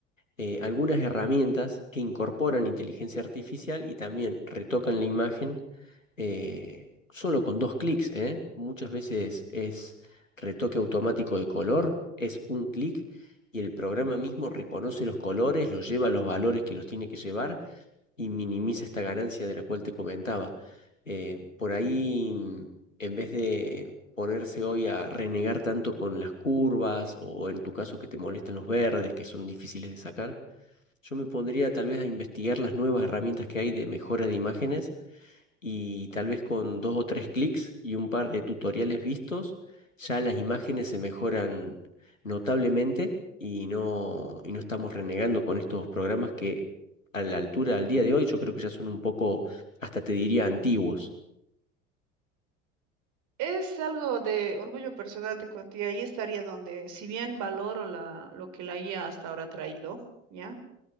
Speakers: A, on the left (about 85°); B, on the right (about 50°).
A: eh, algunas herramientas que incorporan inteligencia artificial y también retocan la imagen eh, solo con dos clics, ¿eh? Muchas veces es retoque automático de color, es un clic y el programa mismo reconoce los colores, los lleva a los valores que los tiene que llevar y minimiza esta ganancia de la cual te comentaba. Eh, por ahí, mm, en vez de ponerse hoy a renegar tanto con las curvas o en tu caso que te molestan los verdes, que son difíciles de sacar, yo me pondría tal vez a investigar las nuevas herramientas que hay de mejora de imágenes y tal vez con dos o tres clics y un par de tutoriales vistos, ya las imágenes se mejoran notablemente y no, y no estamos renegando con estos programas que a la altura al día de hoy yo creo que ya son un poco, hasta te diría, antiguos.
B: Es algo de orgullo personal, te cuento, y ahí estaría donde, si bien valoro la, lo que la IA hasta ahora ha traído, ¿ya?